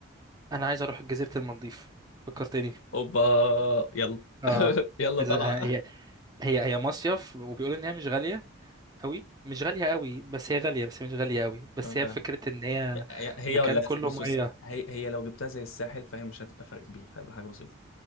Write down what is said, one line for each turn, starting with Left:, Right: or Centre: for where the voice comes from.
Right: انا عايز اروح جزيرة المالديف فكرتني
Left: اوبا يلا
Right: اه
Left: <laughs> يلا
Right: عايز-
Left: طالعة
Right: آه، هي هي هي مصيف وبيقولوا ان هي مش غالية قوي مش غالية قوي بس هي غالية بس هي مش غالية قوي بس
Left: أنا فاهم
Right: هي فكرة ان هي
Left: هي هي
Right: مكان
Left: ولا
Right: كله
Left: بص
Right: مية
Left: بص هي هي لو جبتها زي الساحل فهي مش هتبقى فرق كبير هتبقى حاجة بسيطة